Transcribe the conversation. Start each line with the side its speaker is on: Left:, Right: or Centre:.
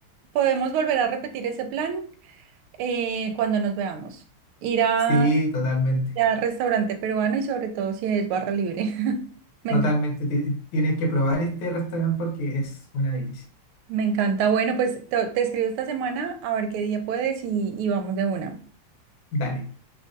Right: podemos volver a repetir ese plan eh, cuando nos veamos. Ir a,
Left: sí, totalmente.
Right: ir a restaurante peruano y sobre todo si es barra libre. <laughs> Me
Left: Totalmente.
Right: encanta,
Left: Ti- Tienes que probar este restaurante porque es una delicia.
Right: me encanta. Bueno, pues te, te escribo esta semana a ver qué día puedes y, y vamos de una.
Left: Dale.